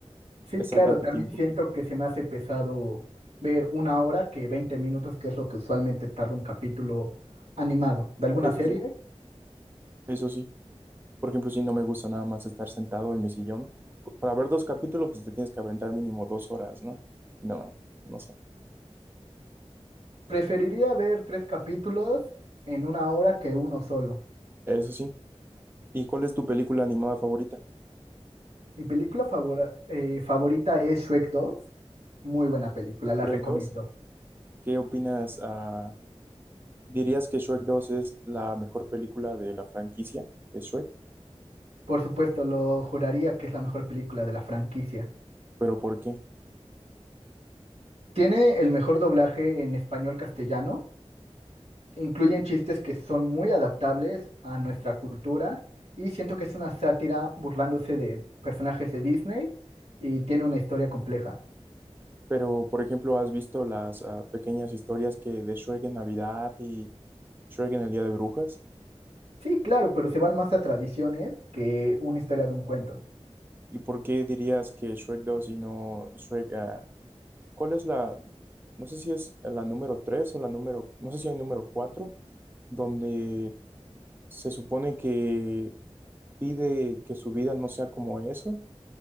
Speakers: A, on the right (about 75°); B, on the right (about 20°).
A: Sí,
B: estar
A: claro,
B: tanto
A: también
B: tiempo.
A: siento que se me hace pesado ver una hora que 20 minutos, que es lo que usualmente tarda un capítulo animado de alguna
B: Eso
A: serie.
B: sí, eso sí. Por ejemplo, si no me gusta nada más estar sentado en mi sillón, p- para ver dos capítulos, pues te tienes que aventar mínimo dos horas, ¿no? No, no sé.
A: Preferiría ver tres capítulos en una hora que uno solo.
B: Eso sí. ¿Y cuál es tu película animada favorita?
A: Mi película favora- eh, favorita es Shrek dos Muy buena película, la
B: ¿Shrek
A: recomiendo.
B: 2? ¿Qué opinas? ah, ¿dirías que Shrek 2 es la mejor película de la franquicia de Shrek?
A: Por supuesto, lo juraría que es la mejor película de la franquicia.
B: ¿Pero por qué?
A: Tiene el mejor doblaje en español castellano. Incluyen chistes que son muy adaptables a nuestra cultura y siento que es una sátira burlándose de personajes de Disney y tiene una historia compleja.
B: Pero, por ejemplo, ¿has visto las ah, pequeñas historias que de Shrek en Navidad y Shrek en el Día de Brujas?
A: Sí, claro, pero se van más a tradiciones que una historia de un cuento.
B: ¿Y por qué dirías que Shrek 2 y no Shrek ah, ¿Cuál es la, no sé si es la número 3 o la número, no sé si hay número 4, donde se supone que pide que su vida no sea como eso,